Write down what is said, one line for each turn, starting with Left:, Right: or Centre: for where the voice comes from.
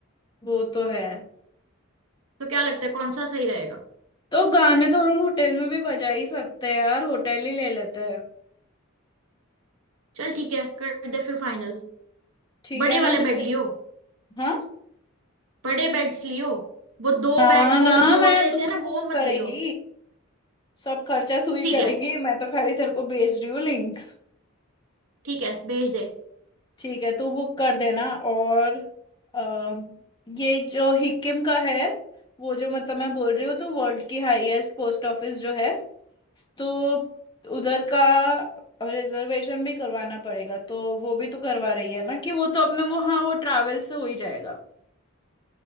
Left: वो तो है
Right: तो क्या लगता है कौन सा सही रहेगा
Left: तो गाने तो हम होटल में भी बजा ही सकते हैं यार होटल ही ले लेते हैं
Right: चल ठीक है कर दे फिर फाइनल
Left: ठीक
Right: बड़े
Left: है ना
Right: वाले
Left: मैं
Right: बेड
Left: ते-
Right: लियो
Left: हाँ
Right: बड़े बेड्स लियो वो दो
Left: हाँ
Right: बेड वो
Left: ना
Right: जोड़
Left: मैं
Right: लेते
Left: तू
Right: हैं
Left: ही
Right: ना
Left: बुक
Right: वो मत
Left: करेगी
Right: लियो
Left: सब खर्चा तू ही
Right: ठीक
Left: करेगी
Right: है
Left: मैं तो खाली तेरे को भेज रही हूँ लिंक्स
Right: ठीक है भेज दे
Left: ठीक है तू बुक कर देना और अ, ये जो हिकिम का है वो जो मतलब मैं बोल रही हूँ तो वर्ल्ड की हाईएस्ट पोस्ट ऑफिस जो है तो उधर का रिजर्वेशन भी करवाना पड़ेगा तो वो भी तो करवा रही है ना कि वो तो अपने वो हाँ वो ट्रैवल से हो ही जाएगा